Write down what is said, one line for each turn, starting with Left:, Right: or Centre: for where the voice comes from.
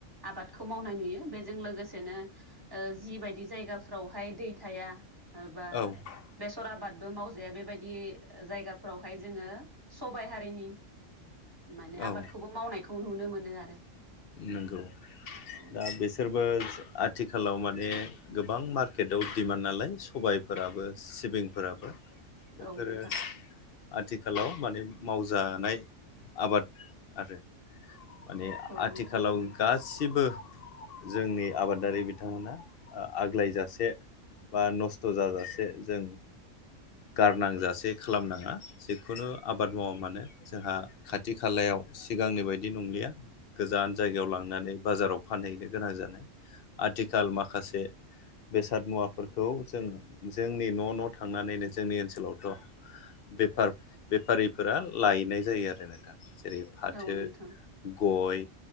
Right: आबादखौ मावनाय नुयो बेजों लोगोसेनो जिबायदि जायगाफ्रावहाय दै थाया ओ बा
Left: औ
Right: बेसर आबादबो मावजाया बेबायदि जायगाफोरावहाय जोङो सबाइ हारिनि माने
Left: औ
Right: आबादखौबो मावनायखौ नुनो मोनो आरो
Left: नंगौ
Right: औ
Left: दा
Right: नोंथां
Left: बिसोरबो आथिखालाव माने गोबां मार्केटआव डिमान्ड नालाय सबायफोराबो सिबिंफोराबो बेफोरो
Right: औ नोंथां
Left: आथिखालाव माने मावजानाय आबाद आरो माने
Right: औ
Left: आथिखालाव
Right: नोंथां
Left: गासिबो जोंनि आबादारि बिथांमोना आग्लायजासे बा नस्थ' जाजासे जों गारनांजासे खालामनाङा जिखुनु आबाद मावा मानो जोंहा खाथि खालायाव सिगांनि बायदि नंलिया गोजान जायगायाव लांनानै बाजाराव फानहैनो गोनां जानाय आथिखाल माखासे बेसाद मुवाफोरखौ जों जोंनि न' न' थांनानैनो जोंनि ओनसोलावथ' बेफार-बेफारिफोरा लायनाय जायो आरोना नोंथां। जेरै फाथो
Right: औ नोंथां
Left: गय